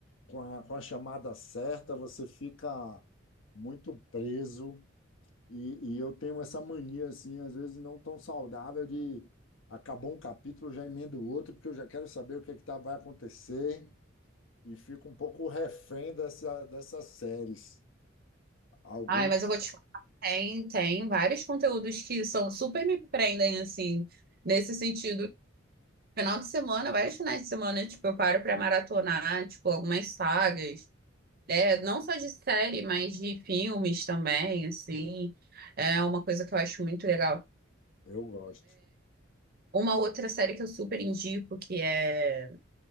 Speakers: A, on the left (about 75°); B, on the right (about 50°).
A: Com a, com a chamada certa, você fica muito preso. E, e eu tenho essa mania, assim, às vezes não tão saudável de acabou um capítulo, já emendo o outro, porque eu já quero saber o que é que tá, vai acontecer e fico um pouco refém dessa, dessas séries. Algum
B: Ai, mas eu vou te falar, tem, tem vários conteúdos que são super me prendem, assim, nesse sentido. Final de semana, vários finais de semana, tipo, eu paro pra maratonar, tipo, algumas sagas. É, não só de série, mas de filmes também, assim. É uma coisa que eu acho muito legal.
A: eu gosto.
B: Uma outra série que eu super indico, que é,